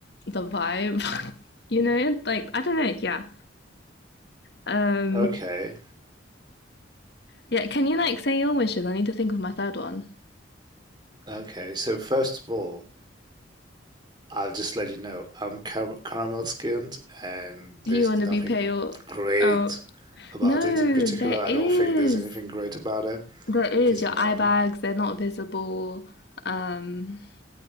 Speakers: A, on the left; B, on the right.
A: the vibe, <laughs> you know, like I don't know, yeah. Um,
B: Okay.
A: yeah, can you like say your wishes? I need to think of my third one.
B: Okay. So first of all, I'll just let you know, I'm car caramel skinned, and
A: You
B: there's
A: want to
B: nothing
A: be pale?
B: great
A: Oh,
B: about
A: no,
B: it in particular.
A: there
B: I
A: is.
B: don't think there's anything great about it.
A: There is.
B: There's
A: Your
B: none.
A: eye bags, they're not visible. Um,